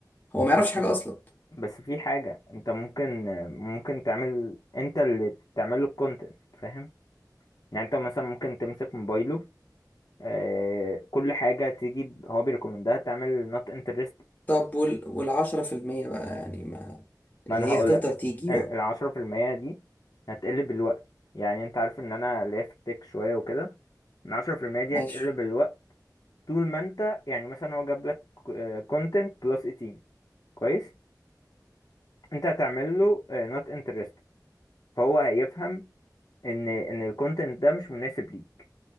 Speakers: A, on the left (about 25°); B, on the left (about 55°).
A: هو ما
B: بس
A: يعرفش حاجة أصلا
B: بس في حاجة انت ممكن ممكن تعمل انت اللي تعمل له الكونتنت فاهم يعني انت مثلا ممكن تمسك موبايله آه، كل حاجة تيجي ب- هو بيريكومندها تعمل not interest
A: طب وال والعشرة في المية بقى يعني ما
B: ما
A: اللي
B: انا
A: هي
B: هقولك
A: هتفضل تيجي
B: ال-
A: و-
B: العشرة في المية دي هتقل بالوقت يعني انت عارف ان انا ليا في التك شوية وكده العشرة في المية دي
A: ماشي
B: هتقل بالوقت طول ما انت يعني مثلا هو جاب لك آه، content plus 18 كويس انت هتعمل له آه، not interest فهو هيفهم ان ان الكونتنت ده مش مناسب ليك